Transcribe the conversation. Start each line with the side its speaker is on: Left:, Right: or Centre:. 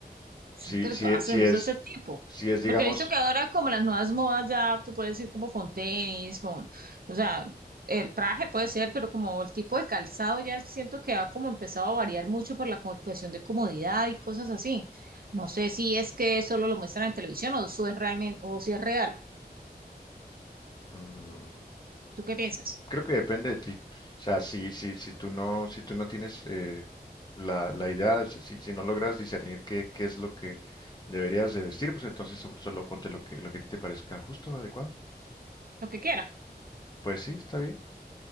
Right: Sí,
Left: Si,
Right: pero
Left: si,
Right: todas
Left: e- si
Right: tenemos
Left: es,
Right: ese tipo.
Left: si es, digamos,
Right: Porque he visto que ahora como las nuevas modas ya tú puedes ir como con tenis, con, o sea, el traje puede ser, pero como el tipo de calzado ya siento que ha como empezado a variar mucho por la co- cuestión de comodidad y cosas así. No sé si es que solo lo muestran en televisión o eso es realmente, o si es real.
Left: mm,
Right: ¿Tú qué piensas?
Left: Creo que depende de ti. O sea, si, si, si tú no, si tú no tienes eh, la, la idea, o sea, si, si no logras discernir qué, qué es lo que deberías de vestir, pues entonces sol- solo ponte lo que, lo que a ti te parezca justo, adecuado.
Right: Lo que quiera.
Left: Pues sí, está bien.